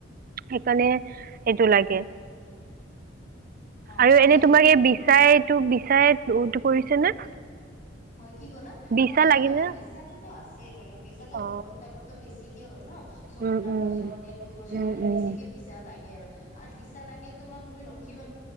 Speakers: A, on the right; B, on the left.
A: সেইকাৰণে এইটো লাগে
B: হয়
A: আৰু
B: ঠিকে
A: এনেই তোমাক
B: ক'লা
A: এই
B: মানে
A: বিচাইটো বিচাইটো কৰিছে নে
B: হয় কি ক'লা
A: বিচা
B: হয় এনেকুৱা
A: লাগিছে নে?
B: কি বিচাোতো আছেই মানে বিচাো
A: অ
B: গৰম টাইমতো বেছিকে হয় ন ছজনা
A: উম উম
B: গছত এইবোৰ গছত
A: উম
B: মানে
A: উম
B: বেছিকে বিছা লাগে আৰু বিছা লাগে তোমাৰ তুমি ৰখিবা